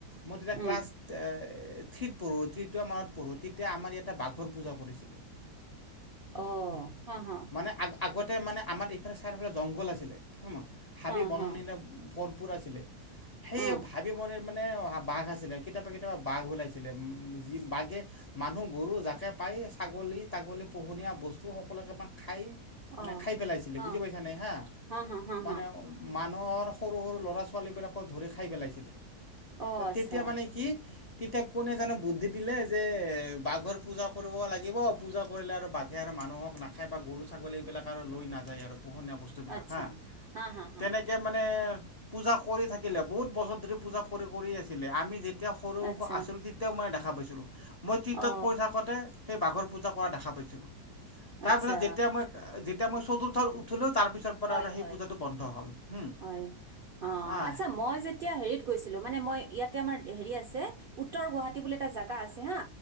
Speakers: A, on the left; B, on the right.
A: মই তেতিয়া
B: উম
A: ক্লাছ এ ঠিত পঢ়োত মত পঢ়ো তেতিয়া আমাৰ ইটা বাঘৰ পূজা কৰিছিলে
B: অ হা হা
A: মানে আগ আগতে মানে আমাৰ এইফালে চাৰিওফালে জংঘল আছিলে হাবি
B: হ
A: বননিৰে
B: হ
A: ভৰপূৰ আছিলে সেই
B: অ
A: ভাবি মনিৰ মানে অ বাঘ আছিলে কেতিয়াবা কেতিয়াবা বাঘ ওলাইছিল বাঘে মানুহ গৰু জাকে পাই ছাগলী তাগলী পোহনীয়া বস্তু সকলো খাই মানে
B: অ
A: খাই পেলাইছিলে
B: অ
A: বুজি পাইছা নাই বা
B: হা হা হা
A: মানে
B: হা
A: মানুহৰ সৰু সৰু ল'ৰা ছোৱালীবিলাকক ধৰি খাই পেলাইছিলে
B: অ
A: ত
B: আচ্ছা
A: তেতিয়া মানে কি তেতিয়া কোনে জানো বুদ্ধি দিলে যে বাঘৰ পূজা কৰিব লাগিব পূজা কৰিলে আৰু বাঘে আৰু মানুহক নাখায় বা গৰু ছাগলী এইবিলাক আৰু লৈ নাযায় আৰু পোহনীয়া বস্তুবিলাক
B: আচ্ছা
A: হাঁ
B: হা হা হা
A: তেনেকে মানে পুজা কৰি থাকিলে বহুত বছৰ ধৰি পুজা কৰি কৰি আছিলে আমি তেতিয়া সৰু
B: আচ্ছা
A: সৰু আছিল তেতিয়াও মই দেখা পাইছিলোঁ মই তিটত
B: অ
A: পঢ়ি থাকোতে সেই বাঘৰ পূজা কৰা দেখা পাইছিলোঁ তাৰপিছত
B: আচ্ছা
A: যেতিয়া মই যেতিয়া মই চতুৰ্থত উঠিলোঁ তাৰ পিছৰ পৰা
B: হয়
A: আৰু সেই
B: হয়
A: পূজাটো বন্ধ হ'ল হুম
B: হয় অ
A: আহ
B: আচ্ছা মই যেতিয়া হেৰিত গৈছিলো মানে মই ইয়াত ততে আমাৰ হেৰি আছে উত্তৰ গুৱাহাটী বুলি এটা জাগা আছে হা